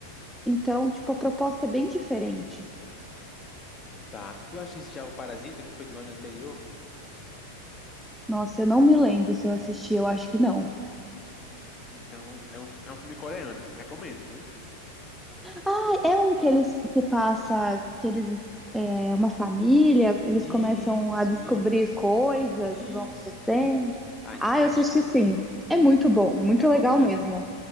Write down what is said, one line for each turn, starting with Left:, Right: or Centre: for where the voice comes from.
Centre: então tipo a proposta é bem diferente.
Left: Tá. Tu assiste já o Parasita, que foi do ano anterior?
Centre: Nossa, eu não me lembro se eu assisti, eu acho que não.
Left: Então, é um, é um filme coreano. Recomendo, viu?
Centre: Ah, é um que eles se passa, que eles é uma família, eles
Left: Isso,
Centre: começam a descobrir
Left: isso.
Centre: coisas
Left: Isso.
Centre: que vão acontecendo.
Left: Ah, então
Centre: Ah,
Left: tu
Centre: eu
Left: assistiu.
Centre: assisti sim. É muito bom, muito
Left: É bom,
Centre: legal
Left: né?
Centre: mesmo.